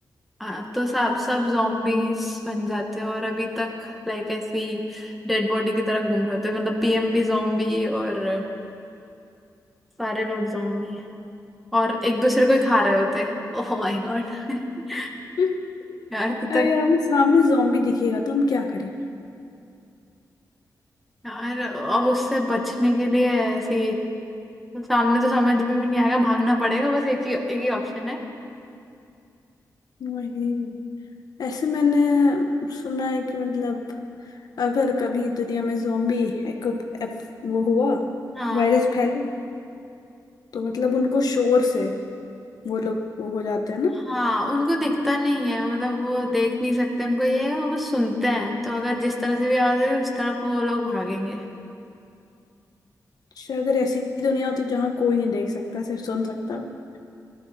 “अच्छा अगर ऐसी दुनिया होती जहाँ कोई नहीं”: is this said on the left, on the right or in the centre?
Left